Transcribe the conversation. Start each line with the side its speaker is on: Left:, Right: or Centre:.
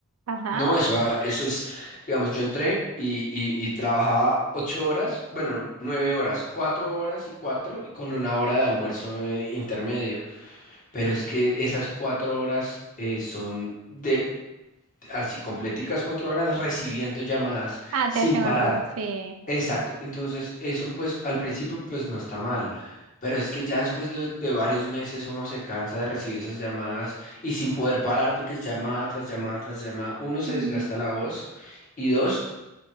Right: Ajá.
Left: No, eso, ah, eso es, digamos, yo entré y, y- y trabajaba ocho horas, bueno, nueve horas, cuatro horas y cuatro, y con una hora de almuerzo eh, intermedio. Pero es que esas cuatro horas eh, son de así completicas cuatro horas recibiendo llamadas
Right: Ah, atención
Left: sin parar.
Right: al público, sí.
Left: Exacto, entonces eso pues al principio pues no está mal, pero es que ya después de, de varios meses uno se cansa de recibir esas llamadas y sin poder parar porque es llamada tras llamada tras llamada, uno se
Right: Mm.
Left: desgasta la voz y dos,